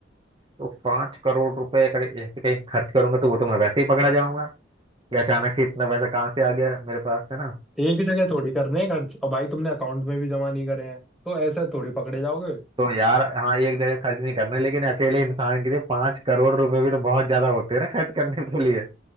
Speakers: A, on the right (about 25°); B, in the centre.
A: तो पाँच करोड़ रुपए का ऐसे कहीं खर्च करूंगा तो वो तो मैं वैसे ही पकड़ा जाऊंगा कि अचानक से इतना पैसा कहाँ से आ गया मेरे पास है ना
B: एक ही जगह थोड़ी करने हैं खर्च और भाई तुमने अकाउंट में भी जमा नहीं करे हैं तो ऐसे थोड़ी पकड़े जाओगे
A: तो यार हाँ एक जगह खर्च नहीं करना लेकिन अकेले इंसान के लिए पाँच करोड़ रुपए भी तो बहुत ज्यादा होते हैं ना खर्च करने के लिए